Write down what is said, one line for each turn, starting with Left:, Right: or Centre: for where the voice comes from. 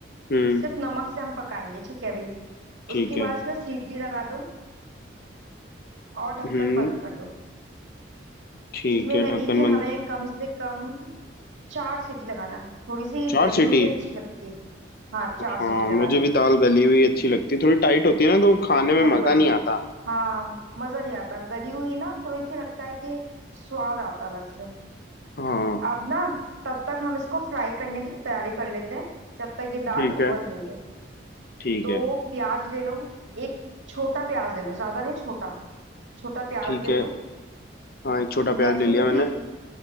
Left: हम्म
Right: सिर्फ नमक से हम पकाएंगे ठीक है अभी
Left: ठीक
Right: उसके
Left: है
Right: बाद इसमें सीटी लगा दो और ढक्कन
Left: हम्म
Right: बंद कर दो
Left: ठीक
Right: इसमें
Left: है
Right: लगेगी
Left: ढक्कन बंद
Right: हमें कम से कम चार सीटी लगाना थोड़ी सी
Left: चार
Right: गली
Left: सीटी
Right: हुई अच्छी लगती है हाँ चार
Left: हाँ
Right: सीटी लगा
Left: मुझे
Right: लो
Left: भी दाल गली हुई अच्छी लगती है थोड़ी टाइट होती है ना तो खाने में
Right: चलो
Left: मजा
Right: बढ़िया
Left: नहीं आता
Right: हाँ मजा नहीं आता गली हुई ना थोड़ी सी लगता है कि स्वाद आता अलग से
Left: हाँ
Right: अब ना तब तक हम इसको फ्राई करने की तैयारी कर लेते हैं जब तक ये दाल
Left: ठीक है
Right: उबल रही है
Left: ठीक
Right: तो
Left: है
Right: प्याज ले लो एक छोटा प्याज ले लो ज्यादा नहीं छोटा छोटा प्याज
Left: ठीक
Right: ले
Left: है
Right: लो
Left: हाँ एक छोटा
Right: लहसुन
Left: प्याज ले लिया मैंने
Right: की